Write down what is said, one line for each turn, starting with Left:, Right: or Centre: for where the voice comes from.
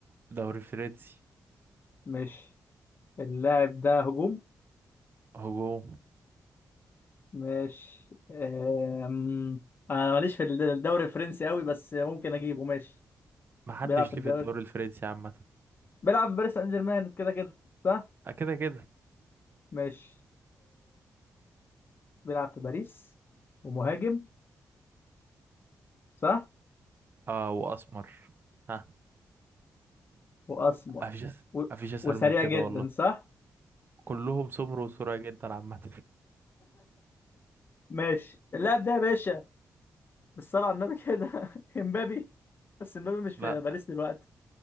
Right: دوري فرنسي
Left: مش اللاعب ده هجوم
Right: هجوم
Left: مش آم... انا ماليش في الدوري الفرنسي قوي بس ممكن اجيبه ماشي
Right: محدش
Left: بيلعب في الدوري
Right: ليه في الدوري الفرنسي عامة
Left: بيلعب في باريس سان جيرمان كده كده صح
Right: آه، كده كده
Left: مش بيلعب في باريس ومهاجم صح
Right: اه واسمر ها
Left: واسمر
Right: مفيش أس-
Left: و...
Right: مفيش اسهل
Left: وسريع
Right: من كده
Left: جدا
Right: والله
Left: صح
Right: كلهم سمر وسرعة جدا عامة
Left: ماشي اللاعب ده يا باشا بالصلاة على النبي كده <laughs> امبابي بس امبابي
Right: <laughs>
Left: مش في
Right: لا
Left: باريس دلوقتي